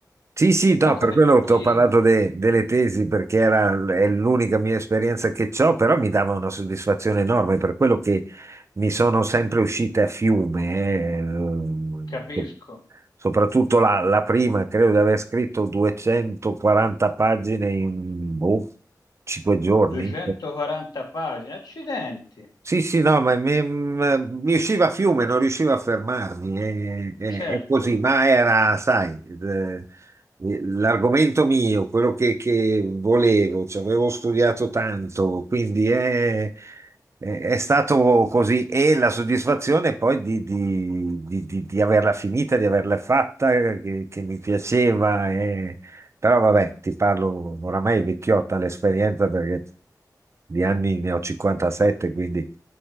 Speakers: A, on the right; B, on the left.
A: Sì, sì,
B: Un
A: no,
B: po' come
A: per quello
B: tutti,
A: ti ho parlato de- delle tesi perché era, è l'unica mia esperienza che ho, però mi dava una soddisfazione enorme per quello che mi sono sempre uscite a fiume, eh, ehm,
B: capisco,
A: soprattutto la, la prima, credo di aver scritto 240 pagine in boh, 5 giorni.
B: 240 pagine, accidenti,
A: Sì, sì, no, ma mi, m- mi usciva a fiume, non riuscivo a fermarmi, è, è-
B: certo,
A: è così, ma era, sai, eh, l'argomento mio, quello che, che volevo, ci avevo studiato tanto, quindi è, è- è stato così e la soddisfazione poi di, di- di- di- di averla finita, di averla fatta, che, che mi piaceva. Però vabbè, ti parlo oramai è vecchiotta l'esperienza perché di anni ne ho 57, quindi